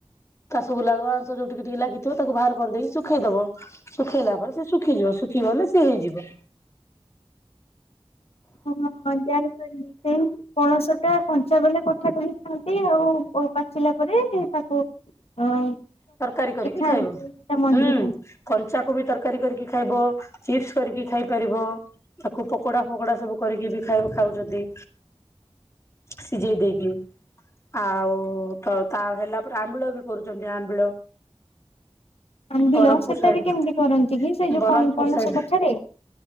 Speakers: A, on the left; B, on the left.
A: ତା ସବୁ ଲାଳୁଆ ଅଂଶ ଯୋଉ ଟିକେ ଟିକେ ଲାଗିଥିବ ତାକୁ ବାହାର କରି ଦେଇକି ଶୁଖେଇ ଦବ ଶୁଖେଇଲା ପରେ ସେ ଶୁଖିଯିବ। ଶୁଖିଗଲେ ସିଏ ହେଇଯିବ।
B: ହଁଁ ଜାଣି ପାରଲି ଯେଉଁ ପଣଷ ଟା କଞ୍ଚା ବେଳେ କଠା କରି ଖାଆନ୍ତି। ଆଉ ପାଚିଲା ପରେ ତାକୁ ଅ।
A: ତରକାରୀ କରିକି
B: ଖାଆନ୍ତି
A: ଖାଇବ
B: ତା ମଞ୍ଜିକୁ
A: ହୁଁ କଞ୍ଚାକୁ ବି ତରକାରୀ କରିକି ଖାଇବ ଚିପ୍ସ। କରିବି ଖାଇ ପାରିବ ତାକୁ ପକୋଡା ଫକୋଡା ସବୁ କରିକି ବି ଖାଇ ଖାଉଛନ୍ତି। ସିଝେଇ ଦେଇକି ଆଉ। ଓ ତ ତା ହେଲା ପରେ ଆମ୍ବିଳ ବି କରୁଛନ୍ତି ଆମ୍ବିଳ।
B: ଆମ୍ବିଲ
A: ବ୍ରହ୍ମପୁର
B: ସେଟା
A: ସାଇଡ
B: ବି କେମିତି କରନ୍ତି କି ସେଇ ଯୋଉ
A: ବ୍ରହ୍ମପୁର
B: ପଣସ
A: ସାଇଡ
B: କଠାରେ।